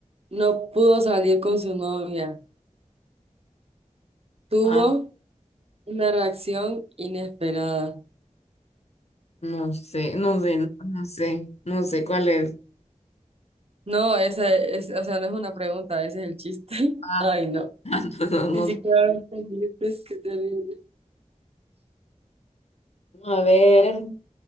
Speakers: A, on the right; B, on the left.
A: no pudo salir con su novia. Tuvo
B: Ah,
A: una reacción inesperada.
B: no sé, no sé, no, no sé, no sé cuál es.
A: No, esa es, o sea, no es una pregunta, ese es el chiste. <laughs>
B: Ah,
A: Ay, no.
B: <laughs> no, no,
A: Ni siquiera
B: no.
A: lo entendiste, es que terrible.
B: A ver,